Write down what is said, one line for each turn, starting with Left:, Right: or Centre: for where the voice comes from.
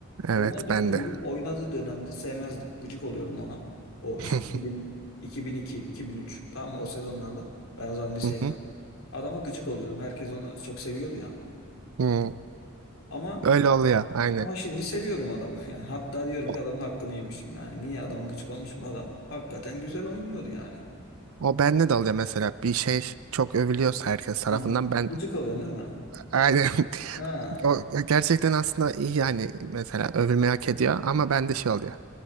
Right: Evet
Left: Ronaldinho'yu
Right: ben de.
Left: oynadığı dönemde sevmezdim. Gıcık oluyordum ona. O
Right: <laughs>
Left: işte 2000, 2002, 2003 tamam mı? O sezonlarda. Ben o zaman liseye
Right: Hı
Left: gidiyorum.
Right: hı.
Left: Adama gıcık oluyordum. Herkes onu çok seviyordu ya.
Right: Hı.
Left: Ama
Right: Öyle oluyor aynı.
Left: ama şimdi seviyorum adamı. <laughs> Yani hatta diyorum
Right: O,
Left: ki adamın hakkını yemişim yani. Niye adama gıcık olmuşum? Adam hakikaten güzel oynuyordu yani.
Right: o bende de oluyor mesela bir şey çok övülüyorsa herkes tarafından
Left: Hı.
Right: ben
Left: Gıcık
Right: e,
Left: oluyorsun değil mi?
Right: aynı. <laughs>
Left: Ha.
Right: O gerçekten aslında iyi yani mesela övülmeyi hak ediyor ama bende şey oluyor.